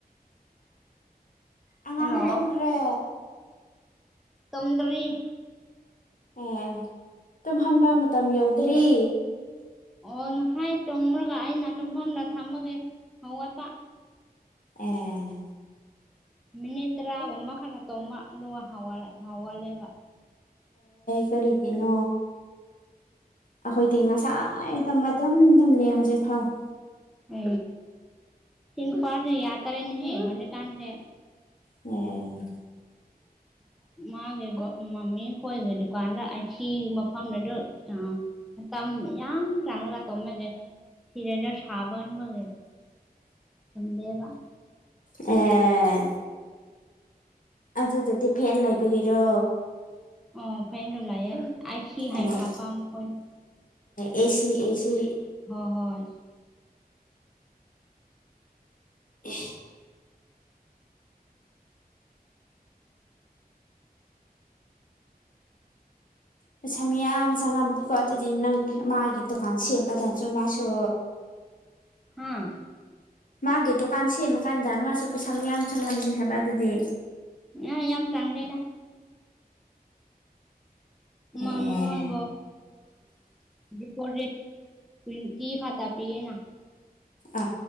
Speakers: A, on the left (about 55°); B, in the centre.
A: ꯑꯉꯥꯡ
B: ꯍꯜꯂꯣ
A: ꯇꯨꯝꯈ꯭ꯔꯦ
B: ꯇꯨꯝꯗꯔ꯭ꯤ
A: ꯑꯣ ꯍꯥꯟꯕ ꯃꯇꯝ ꯌꯧꯗ꯭ꯔꯤ
B: ꯑꯣ ꯉꯁꯥꯏ ꯇꯣꯡꯃꯨꯔꯒ ꯑꯩꯅ ꯇꯨꯝꯐꯝꯗ ꯊꯝꯃꯒꯦ ꯍꯧꯒꯠꯄꯥ
A: ꯑꯦ
B: ꯃꯤꯅꯤꯠ ꯇꯔꯥꯒꯨꯝ ꯃꯈ ꯈ ꯇꯣꯝꯕ ꯂ ꯍꯥꯎꯋꯥꯜꯂꯦꯕ
A: ꯀꯔꯤꯒꯤꯅꯣ ꯑꯩꯈꯣꯏꯗꯤ ꯉꯁꯥꯏ ꯇꯝꯕ ꯏꯝ ꯇꯝꯂ ꯍꯧꯖꯤꯛ ꯈꯥꯎ <unintelligible>
B: ꯎ ꯁꯤꯟ ꯄꯔꯁꯦ ꯌꯥꯇꯔꯦꯅꯦ ꯍꯧꯖꯤꯛꯀꯥꯟꯁꯦ
A: ꯑꯣ
B: ꯃꯥꯒꯤ ꯃꯃꯤ ꯈꯣꯏꯒꯤ ꯗꯨꯀꯥꯟꯗ ꯑꯁꯤ ꯃꯐꯝꯗꯨꯗ ꯑ ꯇꯝ ꯌꯥꯡ ꯆꯥꯟꯂꯒ ꯇꯣꯃꯦꯒ ꯁꯤꯔꯗ ꯁꯥꯃꯟꯕꯒꯤ ꯇꯦꯕ
A: ꯑꯦ ꯑꯗꯨꯗꯗꯤ ꯐꯦꯟ ꯂꯩꯕꯒꯤꯔꯣ
B: ꯑꯣ ꯐꯦꯟꯗꯣ ꯂꯥꯛꯑꯦ ꯑꯥꯏ ꯁꯤ ꯍꯥꯏꯕ
A: ꯑꯦ
B: ꯍꯥꯄꯥ ꯃꯈꯣꯏꯗꯣ
A: ꯑꯦꯁꯤ ꯑꯦꯁꯤ
B: ꯍꯣꯏ ꯍꯣꯏ
A: ꯎ ꯄꯩꯁꯥ ꯃꯌꯥꯝ ꯆꯪꯉꯝꯅꯤꯀꯣ ꯑꯗꯨꯗꯤ ꯅꯪ ꯃꯥꯒꯤ ꯗꯨꯀꯥꯟ ꯁꯦꯝꯕꯗꯅꯁꯨ ꯃꯥꯁꯨ
B: ꯎꯝ
A: ꯃꯥꯒꯤ ꯗꯨꯀꯥꯟ ꯁꯦꯝꯃꯀꯥꯟꯗ ꯃꯥꯁꯨ ꯄꯩꯁꯥ ꯃ ꯌꯥꯝ ꯆꯪꯉꯝꯃꯦ ꯍꯥꯏꯕ ꯑꯗꯨꯗꯤ
B: ꯑ ꯌꯥꯝ ꯆꯪꯗꯦꯗꯥ <unintelligible>
A: ꯑꯦ
B: ꯑꯄꯣ ꯔꯦꯠ ꯇ꯭ꯇꯤ ꯈꯥ ꯇꯥ ꯄꯤꯦꯅ <unintelligible>
A: ꯑ